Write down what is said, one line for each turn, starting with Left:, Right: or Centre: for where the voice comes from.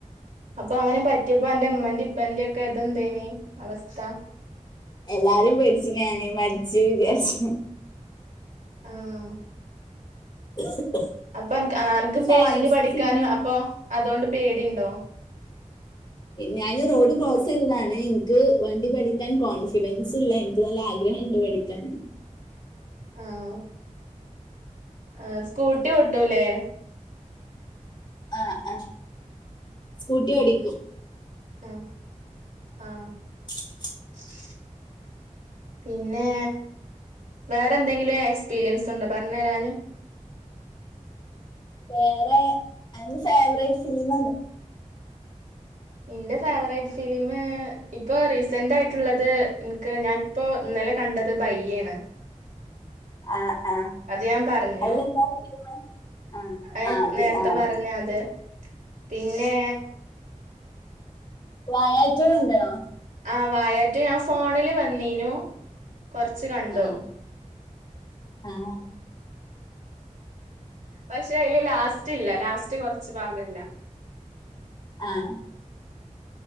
Right: അപ്പൊ അങ്ങനെ പറ്റിയപ്പോ അന്റെ ഉമ്മൻ്റീം ഉപ്പന്റിം ഒക്കെ ഇതെന്തേനി അവസ്ഥ
Left: എല്ലാരും പേടിച്ചു ഞാന് മരിച്ചു വിചാരിച്ച്
Right: ആഹ്
Left: <unintelligible>
Right: അപ്പൊ അനക്ക് ആഹ് അനക്കിപ്പോ
Left: എന്റെ ഫേവറേറ്റ്
Right: വണ്ടി പഠിക്കാനും
Left: സിനിമ
Right: അപ്പൊ അതോണ്ട് പേടിണ്ടോ
Left: ഞാൻ റോഡ് ക്രോസ് ചെയ്തതാണ് ഇനിക്ക് വണ്ടി പഠിക്കാൻ കോൺഫിഡൻസ് ഇല്ല നല്ല ആഗ്രഹം ഇണ്ട് പഠിക്കാൻ
Right: ആഹ് ആഹ് സ്കൂട്ടി ഓട്ടൂല്ലേ
Left: ആഹ് ആഹ് സ്കൂട്ടി ഓടിക്കും
Right: ആഹ് ആഹ്
Left: <unintelligible>
Right: <unintelligible> പിന്നെ വേറെ എന്തെങ്കിലും എക്സ്പീരിയൻസ് ഉണ്ടോ പറഞ്ഞെരാന്
Left: വേറെ എന്റെ ഫേവറേറ്റ് സിനിമ ഏതാ
Right: ഇന്റെ ഫേവറേറ്റ് ഫിലിമ് ഇപ്പൊ റീസെന്റ് ആയിട്ടുള്ളത് ഇൻക്ക് ഞാൻ ഇപ്പൊ ഇന്നലെ കണ്ടത് ബയ്യേണ്
Left: ആഹ് ആഹ്
Right: അത് ഞാൻ പറഞ്ഞു
Left: അയിലെന്താണ് ഫിലിമ് ആഹ്
Right: അത്
Left: ആഹ്
Right: നേരത്തെ
Left: തി ആഹ്
Right: പറഞ്ഞു അത് പിന്നെ
Left: വാഴ റ്റു കണ്ട്ണോ
Right: ആഹ് വായാ റ്റു ഞാൻ ഫോണില് വന്നീനു കൊറച്ച് കണ്ടു
Left: ആഹ് ആഹ്
Right: പക്ഷെ അയില് ലാസ്റ്റ് ഇല്ല ലാസ്റ്റ് കൊറച്ച് ഭാഗം ഇല്ല
Left: ആഹ്